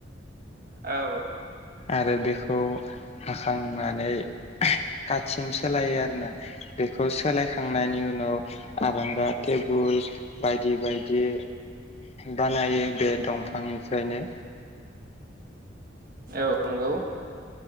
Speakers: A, on the right; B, on the left.
A: औ
B: आरो बेखौ हाखांनानै खाथिसिम सोलायो आरोना बेखौ सोलायखांनायनि उनाव आरांगा टेबोल बायदि बायदि बानायो बे दंफांनिफ्रायनो
A: औ नंगौ